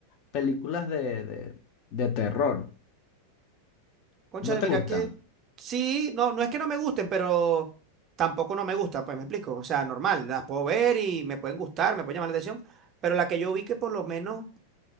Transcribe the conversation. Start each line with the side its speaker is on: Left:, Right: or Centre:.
Left: películas de, de, de terror.
Right: Cónchale,
Left: ¿No te
Right: mira
Left: gustan?
Right: que sí, no, no es que no me gusten, pero tampoco no me gusta, pues me explico. O sea, normal, las puedo ver y me pueden gustar, me pueden llamar la atención, pero la que yo vi que por lo menos